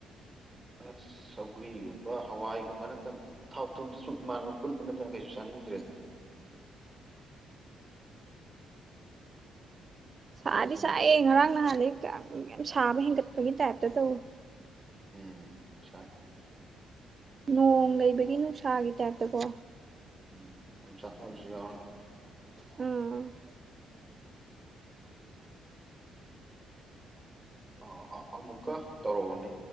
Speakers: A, on the right; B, on the right.
A: ꯑꯁ ꯁꯧꯒ꯭ꯔꯤꯒꯨꯝꯕ ꯍꯋꯥꯏꯒꯨꯝꯕ ꯅꯠꯇꯅ ꯊꯥꯎ ꯊꯨꯝꯖꯦ ꯁꯨꯝ ꯏꯃꯥꯟꯅꯕ ꯄꯨꯟꯕ ꯅꯠꯇꯅ ꯀꯩꯁꯨ ꯆꯥꯅꯤꯡꯗ꯭ꯔꯦꯗ
B: ꯁꯥꯗꯤ
A: ꯑꯥꯔꯧꯒꯨꯝꯕ
B: ꯁꯥꯏꯍꯦ
A: ꯈꯔ
B: ꯉꯔꯥꯡ
A: ꯆꯥꯅꯤꯡ
B: ꯅꯍꯥꯟꯗꯩꯩ ꯌꯥꯝ ꯁꯥꯕ ꯍꯦꯟꯒꯠ ꯄꯒꯤ ꯇ ꯌꯞꯇ ꯇꯧꯋꯤ
A: ꯎꯝ ꯁꯥꯏ
B: ꯅꯣꯡ ꯂꯩꯕꯒꯤ ꯅꯨꯡꯁꯥꯒꯤ ꯇꯥꯏꯞꯇꯀꯣ
A: ꯎꯝ ꯑꯣꯝꯆꯥꯛꯅꯖꯨ ꯌꯥꯎꯔꯒꯥ
B: ꯎꯝ
A: ꯑꯥ ꯑꯥ ꯑꯃꯨꯛꯀ ꯇꯧꯔꯛꯑꯣꯅꯦ